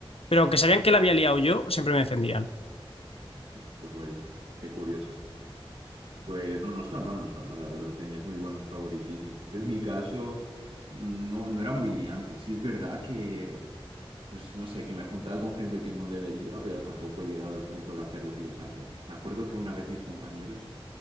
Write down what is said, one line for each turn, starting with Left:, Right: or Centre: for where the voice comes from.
Left: pero aunque sabían que la había liado yo, siempre me defendían.
Right: Pues vaya, qué curioso. Pues no, no está mal, no está mal, la verdad, tenías muy buen favoritismo. Yo en mi caso mm, no, no era muy liante. Sí es verdad que, pues no sé, que me juntaba con gente que no debería, pero tampoco he llegado al punto de hacer lo que ellos hacen. Me acuerdo que una vez mis compañeros,